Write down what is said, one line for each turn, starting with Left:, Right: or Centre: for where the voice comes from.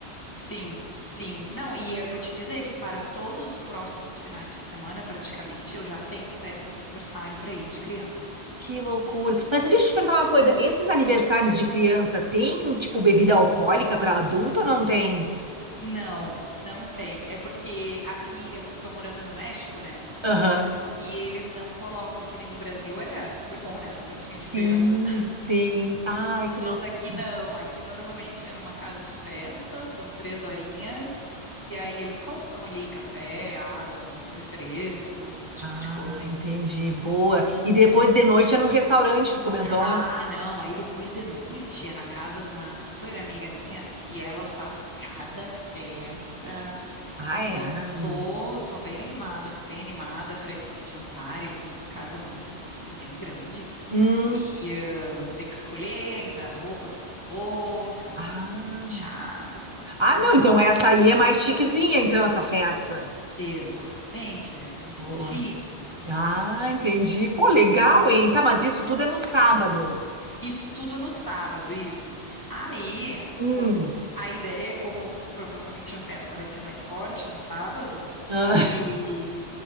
Left: Sim, sim. Não, e eu vou te dizer que para todos os próximos finais de semana, praticamente, eu já tenho festa de aniversário para ir de criança.
Right: Que loucura. Mas deixa eu te perguntar uma coisa. Esses aniversários de criança tem, tipo, bebida alcoólica pra adulto ou não tem?
Left: Não, não tem. É porque aqui eu tô morando no México, né?
Right: Aham.
Left: Então aqui eles não colocam, que nem no Brasil era super bom, né? As festinhas de criança.
Right: Sim,
Left: <laughs>
Right: sim. Ai, que
Left: Mas
Right: loucura.
Left: aqui não. Aqui normalmente é numa casa de festa, são três horinhas, e aí eles colocam ali café, água, refresco, esse tipo
Right: Ah,
Left: de coisa.
Right: entendi. Boa.
Left: É.
Right: E depois de noite é num restaurante, tu comentou?
Left: Ah, não. Aí depois de noite é na casa de uma super amiga minha que ela faz cada festa.
Right: Ah,
Left: Então,
Right: é. Ah.
Left: tô, tô bem animada, tô bem animada para esse jantar. Eles têm uma casa muito bonita, bem grande,
Right: Hum.
Left: e eh, tem que escolher ainda a roupa que eu vou, se eu vou
Right: Ah.
Left: fazer um penteado, uma maquiagem.
Right: Ah, não, então essa aí é mais chiquezinha, então, essa festa.
Left: Exatamente, essa
Right: Boa.
Left: é mais chique.
Right: Ah,
Left: é.
Right: entendi. Pô, legal, hein? Tá, mas isso
Left: É.
Right: tudo é no sábado.
Left: Isso tudo no sábado, isso. Aí,
Right: Hum.
Left: bom, a ideia é como provavelmente a festa vai ser mais forte no sábado,
Right: Ah,
Left: e